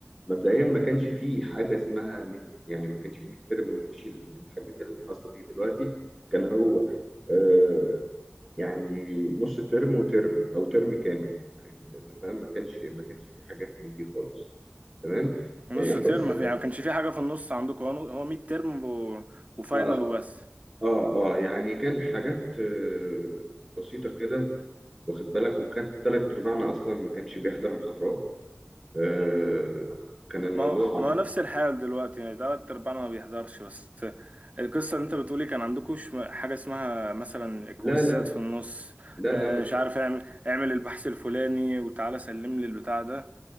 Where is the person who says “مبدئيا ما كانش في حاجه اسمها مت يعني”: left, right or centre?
Centre